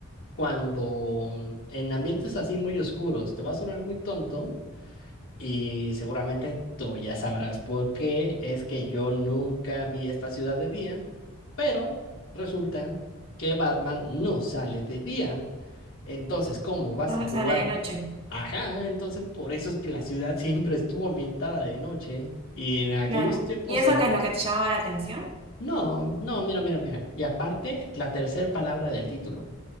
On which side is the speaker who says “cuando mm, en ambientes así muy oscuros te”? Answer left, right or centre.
Left